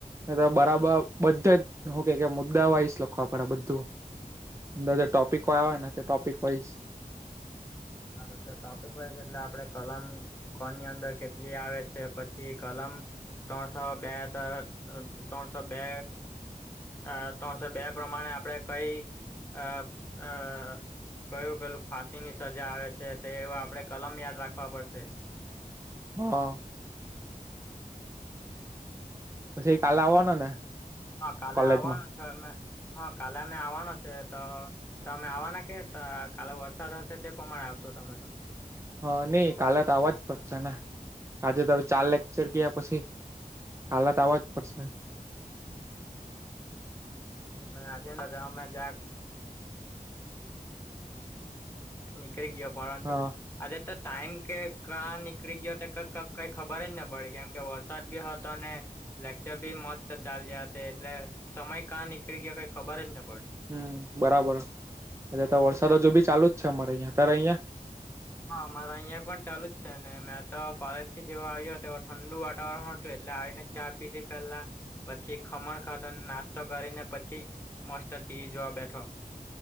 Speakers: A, on the right (about 20°); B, on the left (about 15°).
A: તો બરાબર બધેજ હું કે મુદ્દા વાઈસ લખવા પડે બધું. અંદર જે
B: બરાબર
A: ટોપિક વાયા હોય ને તે ટોપિક વાઈસ
B: ને પછે ટોપિક વાઈઝ એટલે આપડે કલમ કોણની અંદર કેટલી આવે છે પછી કલમ. ત્રણસો બે હતા ત્રણસો બે. અ ત્રણસો બે પ્રમાણે આપણે કઈ આ અ કયું પેલું ફાંસી ની સજા આવે છે તો એવા આપડે કલમ યાદ રાખવા પડશે.
A: હા. પછી કાલે આવવાનો ને
B: હા કાલે
A: કોલેજમાં
B: આવવાનું. હા મેં હા કાલે અમે આવવાનો છે તો. તમે આવવાના કેતા કાલે વરસાદ હશે તે પ્રમાણે આવશો તમે તો.
A: હા નઈ કાલે તો આવવાજ પડશે ને આજે તમે ચાર લેકચર ગયા પછી. કાલે તો આવા જ પડશે.
B: મે આજે ન મેં જા નિકળી ગયો પરંતુ
A: હા
B: આજે તો ટાઈમ કે ક નીકળી ગયો તો ક કઈ ખબર જ ન પડી કેમ કે વરસાદ બી હતો ને. લેકચર બી મસ્ત ચાલ્યા તે એટલે સમય કાં નીકળી ગયો કઈ ખબર જ ન પડી.
A: હમ બરાબર વરસાદજુ બી ચાલુ જ છે અમારે અહિયાં ત્યારે અહિયાં
B: હા મારા અહિયાં પણ ચાલુ જ છે ને મેં તો કોલેજ થી જેવો આવ્યો તેવ ઠંડુ વાતાવરણ હતું એટલે આવીને. ચા પીઘી પહેલા. પછી ખમણ ખાતો નાસ્તો કરીને પછી મસ્ત ટી જોવા બેઠો.